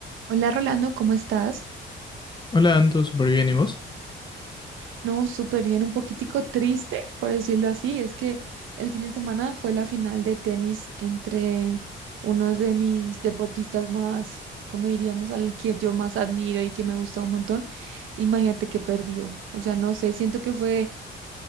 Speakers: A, on the right; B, on the left.
A: Hola Rolando, ¿cómo estás?
B: Hola, Anto, súper bien, ¿y vos?
A: No, súper bien, un poquitico triste, por decirlo así. Es que el fin de semana fue la final de tenis entre unos de mis deportistas más, como diríamos, al que yo más admiro y que me gusta un montón. Imagínate que perdió. O sea, no sé, siento que fue,